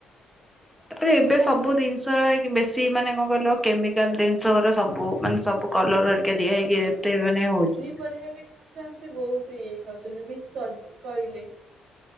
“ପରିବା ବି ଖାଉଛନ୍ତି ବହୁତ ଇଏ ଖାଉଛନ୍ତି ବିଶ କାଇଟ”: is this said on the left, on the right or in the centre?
Right